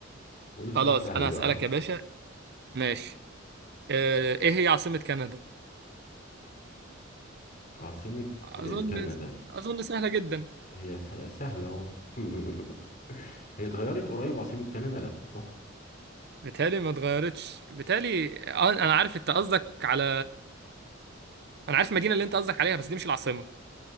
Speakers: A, on the left (about 45°); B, on the right (about 55°).
A: قول لي سؤال
B: خلاص
A: سهل
B: انا
A: بقى
B: هسألك يا باشا ماشي آه، ايه هي عاصمة كندا
A: عاصمة
B: اظن
A: كندا
B: اظن سهلة جدا
A: هي س- سهلة اهو <laughs> هي اتغيرت قريب عاصمة كندا لا صح
B: بتهيألي ما اتغيرتش بتهيألي آه، انا عارف انت قصدك على انا عارف المدينة اللي انت قصدك عليها بس دي مش العاصمة